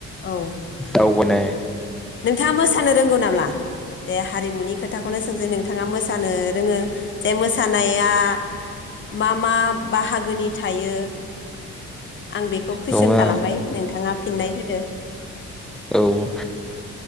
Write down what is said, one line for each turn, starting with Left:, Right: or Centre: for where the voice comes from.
Left: औ
Centre: दावबानाय
Left: नोंथाङा मोसानो रोंगौ नाम्ला दे हारिमुनि खोथाखौनो सोंसै नोंथाङा मोसानो रोङो जे मोसानाया मा मा बाहागोनि थायो? आं बेखौ कुइसन
Centre: नङा
Left: खालामबाय नोंथाङा फिननाय होदो
Centre: औ